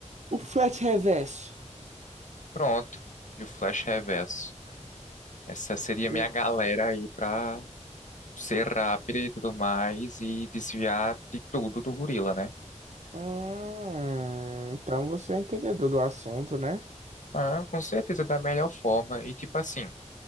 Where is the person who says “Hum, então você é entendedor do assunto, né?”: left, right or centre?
Right